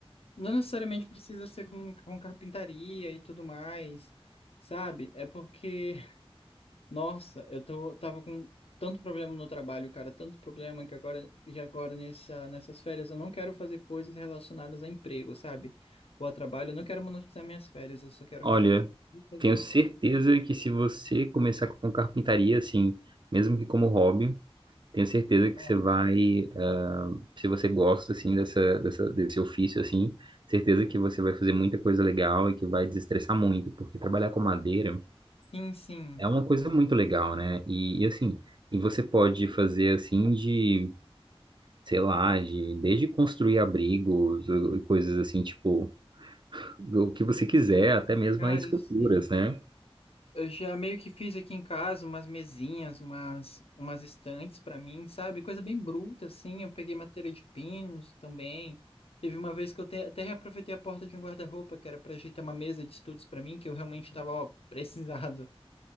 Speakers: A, on the left; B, on the right.
A: Não necessariamente precisa ser com, com carpintaria e tudo mais, sabe? É porque, <laughs> nossa, eu tô, tava com tanto problema no trabalho, cara, tanto problema que agora, que agora nessa, nessas férias eu não quero fazer coisas relacionadas a emprego, sabe? Ou a trabalho, eu não quero monetizar minhas férias, eu só quero
B: Olha,
A: rela- e fazer
B: tenho
A: uma
B: certeza
A: coisa. bacana.
B: que se você começar com carpintaria, assim, mesmo que como hobby, tenho certeza que
A: Ah,
B: você vai, ah, se você gosta, assim, dessa, dessa, desse ofício, assim, certeza que você vai fazer muita coisa legal e que vai desestressar muito, porque trabalhar com madeira
A: Sim, sim.
B: É uma coisa muito legal, né? E, e, assim, e você pode fazer assim de, sei lá, de desde construir abrigos, ou- ou coisas assim, tipo, o que você quiser, até mesmo
A: Cara,
B: as esculturas,
A: eu sei.
B: né?
A: Eu já meio que fiz aqui em casa umas mesinhas, umas, umas estantes para mim, sabe? Coisa bem bruta, assim. Eu peguei madeira de pinos também. Teve uma vez que eu te- até reaproveitei a porta de um guarda-roupa, que era para ajeitar uma mesa de estudos para mim, que eu realmente estava, ó, precisado.